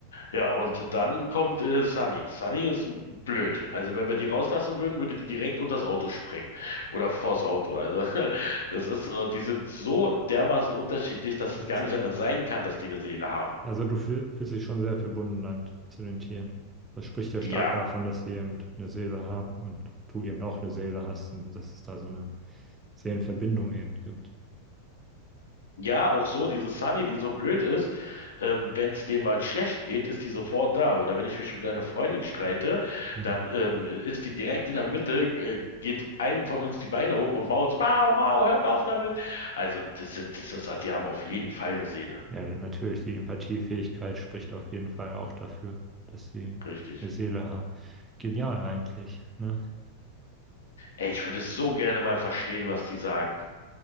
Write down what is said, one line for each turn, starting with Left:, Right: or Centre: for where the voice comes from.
Left: Ja, und dann kommt äh, Sunny. Sunny ist blöd. Also wenn wir die rauslassen würden, würde die direkt unter das Auto sprengen. Oder vors Auto. Also, <laughs> das ist so, die sind so dermaßen unterschiedlich, dass es
Right: Witzig.
Left: gar nicht anders sein kann, dass die eine Seele haben.
Right: Also du fühl, fühlst dich schon sehr verbunden dann zu den Tieren. Das spricht ja
Left: Ja.
Right: stark davon, dass sie eben eine Seele haben und du eben auch eine Seele hast und dass es da so eine Seelenverbindung eben gibt.
Left: Ja, auch so, diese Sunny, die so blöd ist, ähm, wenn es dir mal schlecht geht, ist die sofort da. Oder wenn ich mich mit einer Freundin streite,
Right: Mhm.
Left: dann ähm, ist die direkt in der Mitte, äh, geht einem von uns die Beine hoch und mault, Mau, Mau, hört auf damit. Also, das, das, das, die haben auf jeden Fall eine Seele.
Right: Ja, dann natürlich die Empathiefähigkeit spricht auf jeden Fall auch dafür, dass sie
Left: Richtig.
Right: eine Seele haben. Genial eigentlich, ne?
Left: Ey, ich würde so gerne mal verstehen, was die sagen.